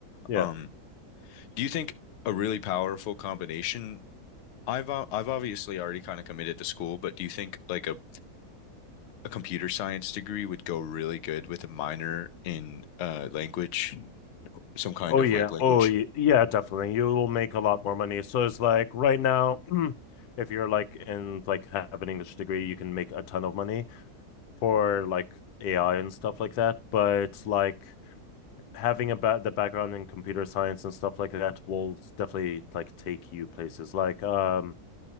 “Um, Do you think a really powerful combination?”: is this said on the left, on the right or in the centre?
Left